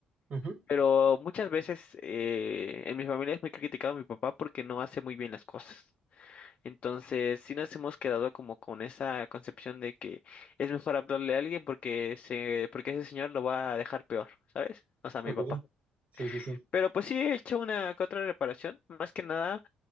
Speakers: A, on the right (about 60°); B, on the left (about 45°).
A: Ujú,
B: pero muchas veces eh, en mi familia es muy criticado mi papá porque no hace muy bien las cosas. Entonces, sí nos hemos quedado como con esa concepción de que es mejor hablarle a alguien porque se, porque ese señor lo va a dejar peor, ¿sabes? O sea, mi
A: ok.
B: papá.
A: Ok, sí, sí, sí.
B: Pero pues sí he hecho una que otra reparación, más que nada,